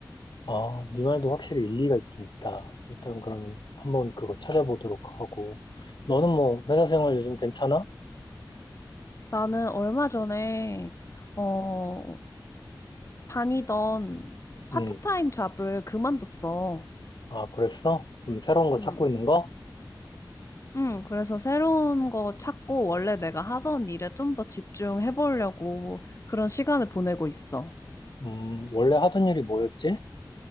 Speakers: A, on the left; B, on the left.
A: 아, 네 말도 확실히 일리가 있긴 있다. 일단 그럼 한번 그거 찾아보도록 하고 너는 뭐 회사 생활 요즘 괜찮아?
B: 나는 얼마 전에 어 다니던 파트타임
A: 음.
B: 잡을 그만뒀어.
A: 아, 그랬어? 그럼 새로운 거
B: 음.
A: 찾고 있는 거?
B: 음, 그래서 새로운 거 찾고 원래 내가 하던 일에 좀 더 집중해 보려고 그런 시간을 보내고 있어.
A: 음, 원래 하던 일이 뭐였지?